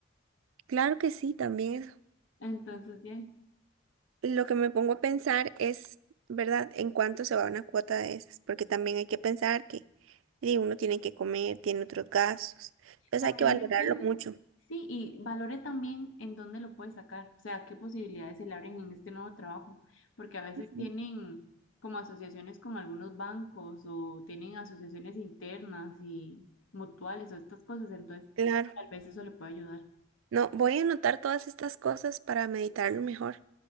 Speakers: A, on the right; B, on the left.
A: Claro que sí, también
B: Entonces, ya.
A: es- lo que me pongo a pensar es, ¿verdad?, en cuánto se va una cuota de esas, porque también hay que pensar que di, uno tiene que comer, tiene otros gastos, entonces
B: También
A: hay que valorarlo
B: depende,
A: mucho.
B: sí, y valore también en dónde lo puede sacar, o sea, qué posibilidades se le abren en este nuevo trabajo, porque a veces
A: Ujú.
B: tienen como asociaciones con algunos bancos o tienen asociaciones internas y mutuales o estas cosas, entonces
A: Claro.
B: tal vez eso le puede ayudar.
A: No, voy a anotar todas estas cosas para meditarlo mejor